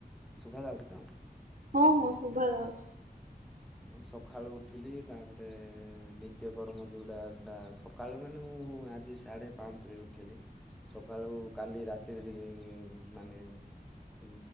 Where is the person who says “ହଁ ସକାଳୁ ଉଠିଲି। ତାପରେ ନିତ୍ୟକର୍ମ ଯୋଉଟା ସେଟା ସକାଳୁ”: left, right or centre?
Centre